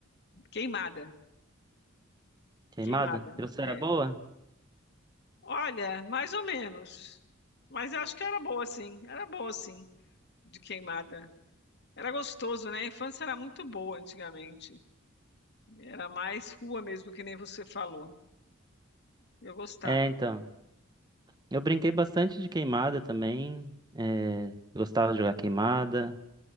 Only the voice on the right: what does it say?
Queimada?
E Você
era boa?
É, então. Eu brinquei bastante de queimada também. é, gostava de jogar queimada.